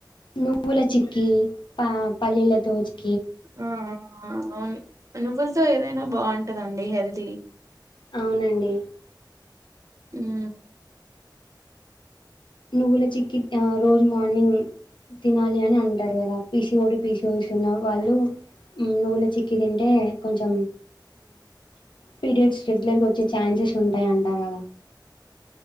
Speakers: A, on the left; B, on the right.
A: నువ్వుల చిక్కి ప పల్లిలతో చే
B: ఆ అవును నువ్వ లతో ఏదైనా బాగుంటందండి హెల్దీ
A: అవునండి
B: ఉమ్
A: నువుల చికి ఆ రోజు మార్నింగ్ తినాలి అని అంటారు కదా పీసీ ఓడి పీసీ స్ ఉన్న వాళ్ళు నువ్వుల చిక్కి తింటే కొంచెం పీరియడ్స్ రెగ్యులర్గా వచ్చే ఛాన్సెస్ ఉంటాయి అంటారు కదా